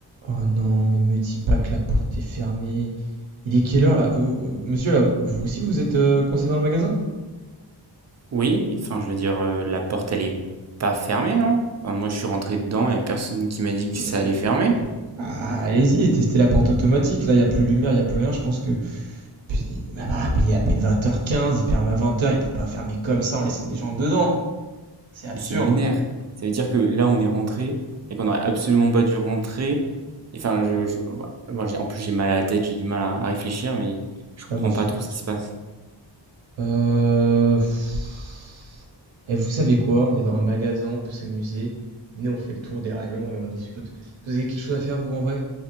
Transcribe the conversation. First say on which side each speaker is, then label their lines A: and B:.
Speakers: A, on the right (about 80°); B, on the right (about 40°).
A: Oh non, mais me dis pas que la porte est fermée. Il est quelle heure là? Vous- vous- monsieur là, vous aussi vous êtes euh, coincé dans le magasin?
B: Oui, enfin, je veux dire, euh, la porte, elle est pas fermée, non? Enfin, moi, je suis rentré dedans, il n'y a personne qui m'a dit que
A: Euh,
B: ça allait fermer.
A: Ah, allez-y, testez la porte automatique. Là, il y a plus de lumière, il y a plus rien. Je pense que puis bah, bah, puis il est à peine 20h15, il ferme à 20h, il peut pas fermer comme ça en laissant des gens dedans. C'est absurde.
B: Et c'est lunaire. Ça veut dire que là, on est rentré et qu'on n'aurait absolument pas dû rentrer. Et Enfin, je, je- bah, moi, j'ai- en plus, j'ai mal à la tête, j'ai du mal à, à réfléchir, mais je comprends
A: Ah moi aussi.
B: pas trop ce qui se passe.
A: Euh... pff. Et vous savez quoi? On est dans un magasin, on peut s'amuser. Venez, on fait le tour des rayons et on discute. Vous avez quelque chose à faire, vous, en vrai?